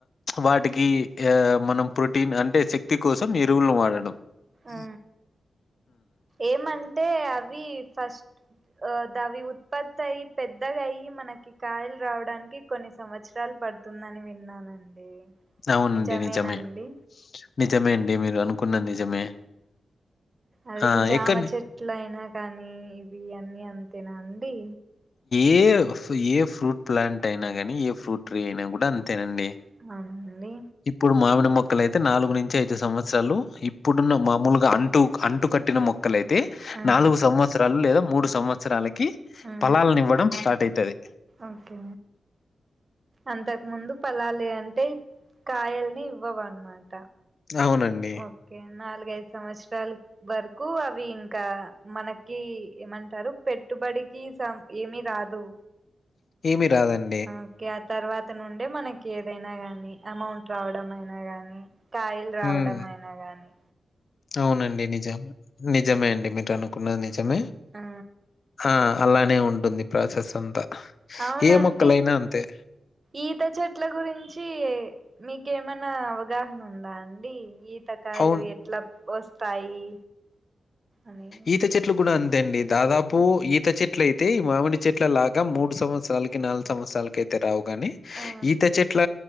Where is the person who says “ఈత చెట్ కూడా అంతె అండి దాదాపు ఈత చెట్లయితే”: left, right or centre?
Left